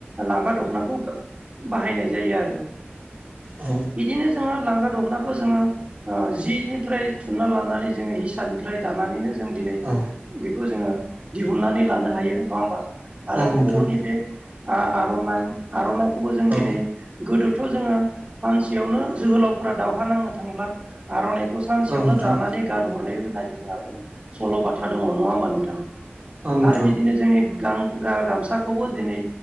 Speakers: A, on the right; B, on the right.
A: लांगा दख'नाखौ बाहायनाय जायो आरो।
B: औ
A: बिदिनो जोङो लांगा दखना। खौ जोङो जिनिफ्राय थुनना लानानै जोङो हिसानिफ्राय दानानैनो जों दिनै।
B: औ
A: बेखौ जोङो दिहुननानै लानो हायो नङा होमबा आरो
B: औ नोंथां
A: बर'नि बे आर'नाइ आर'नाइखौबो जों
B: औ
A: दिनै गोदोथ' जोङो सानसेयावनो जोहोलावफोरा दाव हा नांनो थांब्ला आर'नाइखौ सानसेयावनो
B: औ नोंथां
A: दानानै गान हर होनाय जोंहाबो सल' बाथ्रा दङ नङा होमबा नोंथां
B: औ नोंथां औ नोंथां
A: आरो बिदिनो जोंनि। गां गा गामसाखौबो दिनै